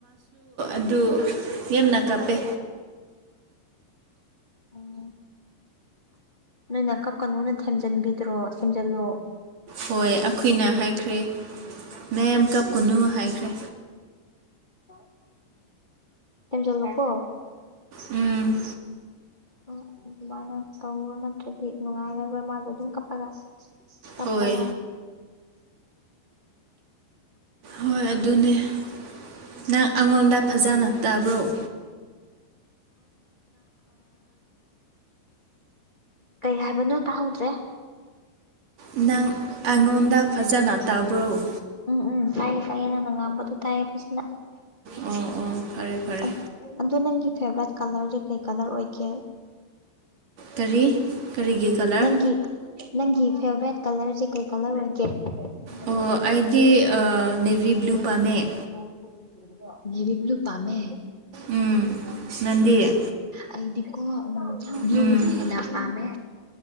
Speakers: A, on the right (about 50°); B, on the left (about 15°).
A: ꯑꯗꯨ ꯌꯥꯝꯅ ꯀꯥꯞꯄꯦ
B: ꯎꯝ ꯅꯣꯏꯅ ꯀꯞꯀꯅꯣꯅ ꯊꯦꯝꯖꯤꯟꯕꯤꯗ꯭ꯔꯣ ꯊꯦꯝꯖꯤꯜꯂꯣ
A: ꯍꯣꯏ ꯑꯩꯈꯣꯏꯅ ꯍꯥꯏꯈ꯭ꯔꯦ ꯃꯦꯝ ꯀꯞꯀꯨꯅꯨ ꯍꯥꯏꯈ꯭ꯔꯦ
B: <unintelligible> ꯊꯦꯝꯖꯟꯂꯨꯀꯣ
A: ꯎꯝ
B: ꯑꯗꯨꯃꯥꯏꯅ ꯇꯧꯔꯣ ꯅꯠꯇ꯭ꯔꯗꯤ ꯅꯨꯡꯉꯥꯏꯔꯒ ꯃꯥꯗꯣ ꯑꯗꯨꯝ ꯀꯞꯄꯒ ꯀꯞꯄꯒꯥ
A: ꯍꯣꯏ
B: <unintelligible> <unintelligible>
A: ꯍꯣꯏ ꯑꯗꯨꯅꯦ ꯅꯪ ꯑꯩꯉꯣꯟꯗ ꯐꯖꯅ ꯇꯥꯕ꯭ꯔꯣ
B: ꯀꯩ ꯍꯥꯏꯕꯅꯣ ꯇꯥꯍꯧꯗ꯭ꯔꯦ
A: ꯅꯪ ꯑꯩꯉꯣꯟꯗ ꯐꯖꯅ ꯇꯥꯕ꯭ꯔꯣ
B: ꯎꯝ ꯎꯝ ꯇꯥꯏꯌꯦ ꯇꯥꯏꯌꯦ ꯅꯪꯅ ꯉꯥꯡꯕꯗꯨ ꯇꯥꯏꯌꯦ ꯐꯖꯅ
A: ꯑꯣ ꯑꯣ ꯐꯔꯦ ꯐꯔꯦ
B: ꯑꯗ ꯑꯗꯨ ꯅꯪꯒꯤ ꯐꯦꯚꯔꯥꯏꯠ ꯀꯂꯔꯖꯦ ꯀꯩ ꯀꯂꯔ ꯑꯣꯏꯒꯦ
A: ꯀꯔꯤ ꯀꯔꯤꯒꯤ ꯀꯂꯔ
B: ꯅꯪꯒꯤ ꯅꯪꯒꯤ ꯐꯦꯕꯔꯦꯠ ꯀꯂꯔꯖꯦ ꯀꯩ ꯀꯂꯔ ꯑꯣꯏꯒꯦ <unintelligible>
A: ꯑꯣ ꯑꯩꯗꯤ ꯅꯦꯚꯤ ꯕ꯭ꯂꯨ ꯄꯥꯝꯃꯦ
B: ꯅꯦꯕꯤ ꯕ꯭ꯂꯨ ꯄꯥꯝꯃꯦ
A: ꯎꯝ ꯅꯪꯗꯤ
B: ꯑꯩꯗꯤꯀꯣ ꯎꯝ ꯕ꯭ꯂꯨꯅ
A: ꯎꯝ
B: ꯍꯦꯟꯅ ꯄꯥꯝꯃꯦ